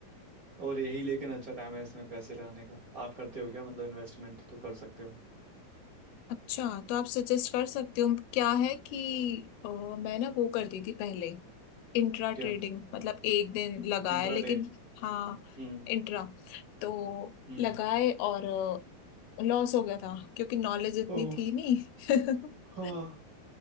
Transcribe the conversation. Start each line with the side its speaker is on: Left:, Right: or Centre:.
Right: और यही लेकिन अच्छा टाइम है इसमें पैसे लगाने का आप करते हो क्या मतलब इन्वेस्टमेंट तो कर सकते हो
Left: अच्छा तो आप सजेस्ट कर सकते हो क्या है कि अ, मैं ना वो करती थी पहले इंट्रा
Right: क्या
Left: ट्रेडिंग मतलब एक दिन लगाया
Right: इंट्राडे
Left: लेकिन हाँ
Right: हम्म
Left: इंट्रा तो
Right: हम्म
Left: लगाए और लॉस हो गया था क्योंकि नॉलेज इतनी
Right: ओह
Left: थी नहीं <laughs>
Right: हाँ